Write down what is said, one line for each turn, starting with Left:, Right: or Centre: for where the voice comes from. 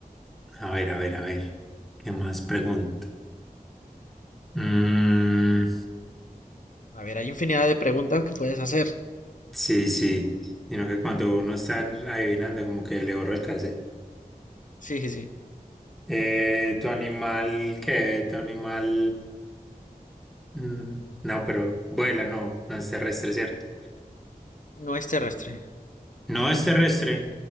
Centre: A ver, a ver, a ver. ¿Qué más pregunto? Mm,
Left: A ver, hay infinidad de preguntas que puedes hacer.
Centre: sí, sí. Sino que cuando uno está adivinando, como que le borra el cassette.
Left: Sí, sí, sí.
Centre: Eh, ¿tu animal qué? ¿Tu animal. Mm, no, pero vuela, no, no es terrestre, ¿cierto?
Left: No es terrestre.
Centre: No es terrestre,